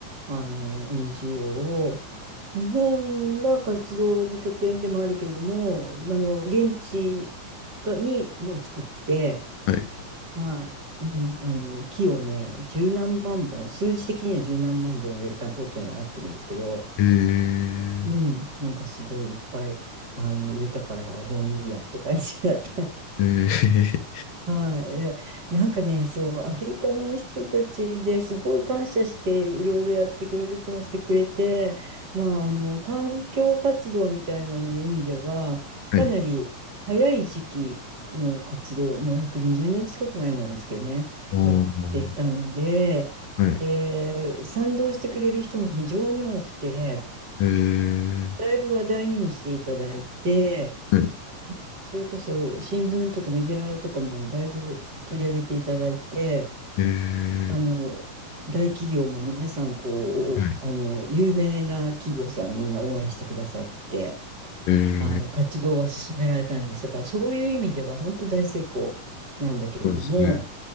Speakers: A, on the right; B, on the left.
A: あの、NGO を、日本が活動の拠点でもあるけれども、あの、現地がにも作って、
B: はい。
A: はい、うん、あの、木をね、十何万本、数字的には十何万本植えたことにはなってるんですけど、
B: えー、
A: うん、なんかすごいいっぱい、あの、植えたから、もういいやって感じだった。<laughs>
B: えー、
A: はい、えなんかね、そう、アフリカの人たちですごい感謝して、いろいろやって協力もしてくれて、まあ、あの、環境活動みたいなの意味では、
B: <laughs> はい。
A: かなり早い時期の活動、もう約20年近く前なんですけどね、
B: あー
A: やってたので、
B: はい。
A: で、賛同してくれる人も非常に多くて、
B: えー、
A: だいぶ話題にもしていただいて、
B: はい。
A: それこそ新聞とかメディアとかもだいぶ取り上げていただいて、
B: えー、
A: あの、大企業も皆さん、こう、
B: はい。
A: あの、有名な企業さんみんな応援してくださって、
B: えー、
A: あの、活動は進められたんですが、そういう意味では本当大成功なんだけれども、
B: そうですね。